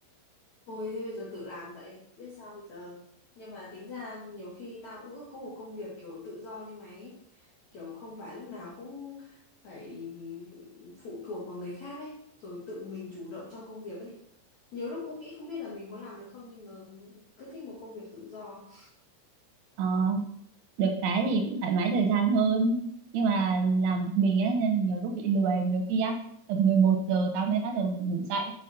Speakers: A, on the left; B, on the right.
A: thôi thế bây giờ tự làm vậy biết sao bây giờ nhưng mà tính ra nhiều khi tao cũng ước có một công việc kiểu tự do như mày ấy. kiểu không phải lúc nào cũng phải phụ thuộc vào người khác ấy rồi tự mình chủ động trong công việc ấy nhiều lúc cũng nghĩ không biết là mình có làm được không nhưng mà cứ thích một công việc tự do
B: Ờ được cái thì cũng thoải mái thời gian hơn nhưng mà làm mình ấy nên nhiều lúc bị lười nhiều khi á tầm 11 giờ tao mới bắt đầu ngủ dậy